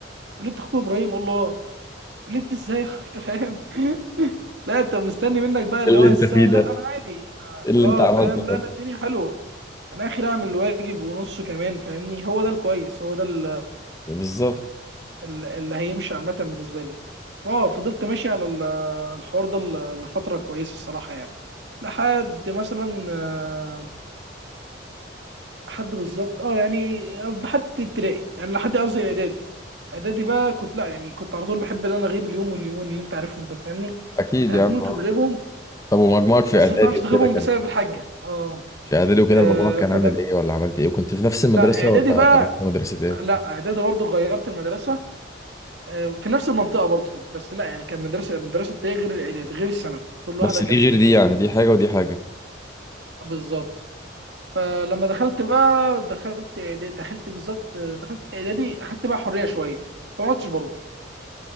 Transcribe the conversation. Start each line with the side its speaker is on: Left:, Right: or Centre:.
Right: يقول لي انت اخوك ابراهيم اقول له اه يقول لي انت ازاي يا أخوي؟ انت فاهم لا انت مستني منك بقى اللي
Left: إيه اللي
Right: هو
Left: انت
Right: السعي
Left: فيه ده
Right: لا انا عادي انا
Left: إيه اللي
Right: اه
Left: انت عملته
Right: فاهم لا
Left: ده
Right: انا الدنيا حلوه انا اخر اعمل الواجب ونص كمان فاهمني هو ده الكويس هو ده ال-
Left: بالظبط
Right: ال- اللي هيمشي عامه بالنسبه لي اه فضلت ماشي على ال- الحوار ده ل- لفتره كويسه الصراحه يعني لحد مثلا آه، لحد بالظبط اه يعني لحد ابتدائي يعني لحد قصدي اعدادي اعدادي بقى كنت لا يعني كنت على طول بحب ان انا اغيب اليوم واليومين اللي انت عارفهم دول فاهمني
Left: اكيد
Right: انت هتموت
Left: يعني آه.
Right: وتغيبهم
Left: طب ومجموعك في
Right: بس
Left: اعدادي
Right: ما تعرفش تغيبهم
Left: وكده كان
Right: بسبب الحاجه اه
Left: في اعدادي وكده
Right: آه،
Left: المجموع كان
Right: فده
Left: عامل ايه ولا عملت ايه وكنت في نفس المدرسه
Right: لا اعدادي
Left: ولا
Right: بقى
Left: رحت مدرسه ايه
Right: لا اعدادي برضو غيرت المدرسه آه، في نفس المنطقه برضه بس لا يعني كان مدرسه المدرسه بتاعي غير الاعدادي غير الثانوي كل
Left: بس
Right: واحده كانت
Left: دي غير
Right: متفرقه
Left: دي يعني دي حاجه ودي حاجه
Right: بالظبط فلما دخلت بقى دخلت إعدادي دخلت بالظبط آه، دخلت اعدادي اخدت بقى حريه شويه فما عدتش بروح